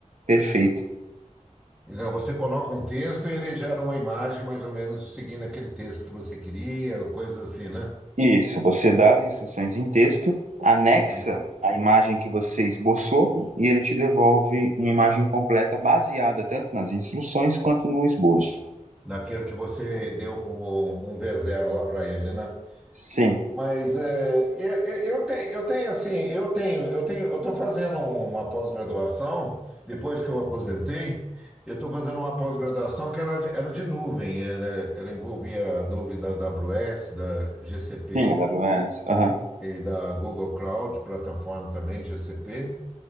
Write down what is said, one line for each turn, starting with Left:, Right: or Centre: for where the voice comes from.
Right: perfeita.
Centre: Não, você coloca um texto e ele gera uma imagem mais ou menos seguindo aquele texto que você queria, coisas assim, né?
Right: Isso, você dá as instruções em texto, anexa
Centre: Sim.
Right: a imagem que você esboçou e ele te devolve uma imagem completa baseada tanto nas instruções quanto no esboço.
Centre: Daquilo que você deu como um v zero lá para ele, né?
Right: Sim,
Centre: Mas é, eu, eu, eu tenho, eu tenho assim, eu tenho, eu tenho, eu estou fazendo uma pós-graduação, depois que eu aposentei, eu estou fazendo uma pós-graduação que era de, era de nuvem, era, ela envolvia a nuvem da AWS, da GCP
Right: sim, AWS. Aham.
Centre: e da Google Cloud, plataforma também, GCP,